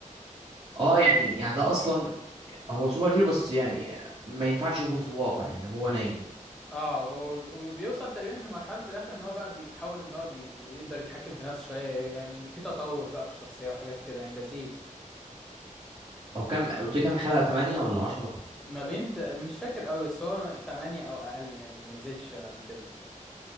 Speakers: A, on the right; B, in the centre.
A: اه يعني يعني ده اصلا هو سوبر هيرو بس يعني ما ينفعش يكون في الواقع يعني هو نايم
B: اه و- وبيوصل تقريبا لمرحلة في الاخر ان هو بقى بيتحول ان هو بيقدر يتحكم في نفسه شوية يعني في تطور بقى في الشخصية وحاجات كده يعني لذيذ
A: او كم قلت كام حلقة 8 ولا 10
B: ما بين ت- مش فاكر قوي بس هو تمانية او اقل يعني ما يزيدش عن كده